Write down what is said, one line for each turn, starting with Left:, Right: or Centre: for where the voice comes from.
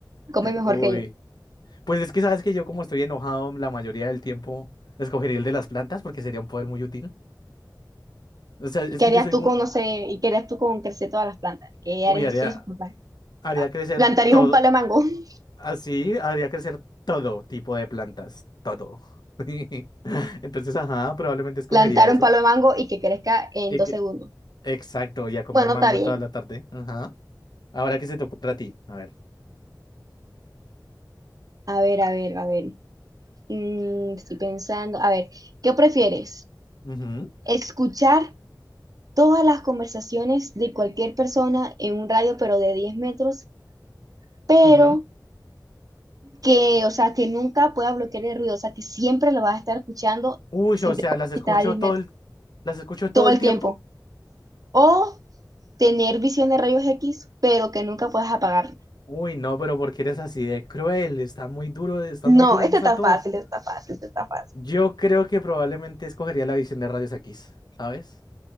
Right: Come mejor
Left: Uy,
Right: que yo.
Left: pues es que sabes que yo como estoy enojado la mayoría del tiempo, escogería el de las plantas porque sería un poder muy útil. O sea, es
Right: ¿Y qué
Left: que
Right: harías
Left: yo soy
Right: tú
Left: muy...
Right: con, no sé, y qué harías tú con crecer todas las plantas? ¿Qué
Left: Uy,
Right: harías
Left: haría,
Right: tú de esos papás?
Left: haría crecer
Right: Plantarías
Left: todo,
Right: un palo de mango, <laughs>
Left: así, haría crecer todo tipo de plantas, todo. <laughs> Entonces, ajá, probablemente escogería
Right: plantar
Left: eso.
Right: un palo de mango y que crezca en
Left: Y
Right: dos
Left: que,
Right: segundos.
Left: exacto, y a comer
Right: Bueno,
Left: mango
Right: está bien.
Left: toda la tarde. Ajá. Ahora que se te ocurra a ti. A ver.
Right: A ver, a ver, a ver. Mm, estoy pensando. A ver, ¿qué prefieres?
Left: Ujú.
Right: ¿Escuchar todas las conversaciones de cualquier persona en un radio, pero de 10 metros, pero
Left: Ujú.
Right: que, o sea, que nunca pueda bloquear el ruido, o sea, que siempre lo vas a estar escuchando,
Left: Uy,
Right: siempre
Left: o sea, las escucho
Right: está a 10 metros,
Left: todo el, las escucho
Right: todo
Left: todo
Right: el
Left: el tiempo.
Right: tiempo. O tener visión de rayos X, pero que nunca puedas apagarla.
Left: Uy, no, pero porque eres así de cruel? Está muy duro, están
Right: No,
Left: muy duras
Right: este
Left: esas
Right: está
Left: dos.
Right: fácil, este está fácil, este está fácil.
Left: Yo creo que probablemente escogería la visión de rayos X, ¿sabes?